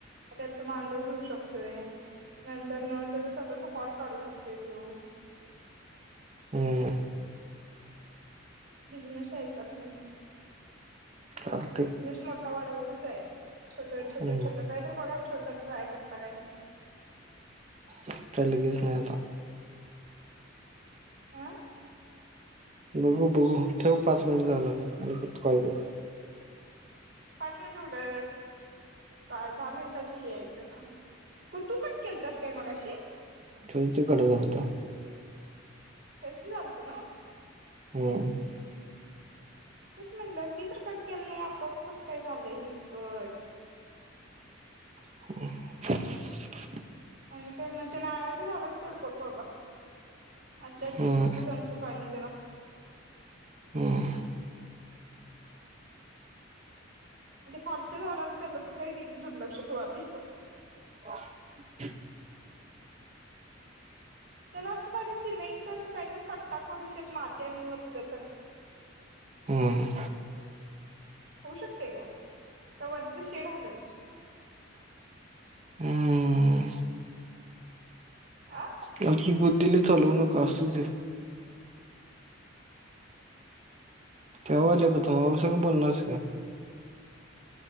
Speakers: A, on the right; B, on the right.
A: त्यात त मांडव घेऊ शकतोय. नंतर न स्वतःचा हॉल काढू शकतोय त्यो.
B: हम्म.
A: बिझनेस ऐकत नाही,
B: चालतंय
A: बिझनेस मोठा वाढवतंच जायचं. छोटं छोटं
B: हम्म
A: छोटं काय तर बघा छोटं ट्राय करता काय.
B: काय लगेच नाही आता.
A: अ
B: बघू बघू ठेव पाच मिनिट झालं आणि परत कॉल कर.
A: पाच मिनिटं <unintelligible> दा दाहा मिनिटाचं हे आहे त्याला, तू कट केलतास काय मगाशी?
B: ठेवुनच कट झालता.
A: टेस्टी झालत ना?
B: हम्म.
A: हम् हं. तेच म्हणटलं मी तर कट केलं नाही, आपोआप कसं काय झालं हे कट?
B: ह
A: आणि काय मग? ते नारळाच्या झाडाचं तेवढं बघ बाबा. आज्जा-आज्जी
B: हम्म
A: पिऊ देत आमचं पाणी जरा.
B: हम्म.
A: आणि ते खालच्या झाडाला त्याला तर काही किती दुर्लक्षच व्हालय.
B: <unintelligible>
A: त्याला असं दा सिमेंटच असं काही तर कट्टा करून त्यात माती आणून वतलं तर!
B: हम्म.
A: होऊ शकते का? का वरच शेड हाललं?
B: हमम.
A: आ
B: तुमची बुद्धी लय चालवू नका असू दे. थवा आल्या बगं, थवाईसंग बोलणार आहेस काय?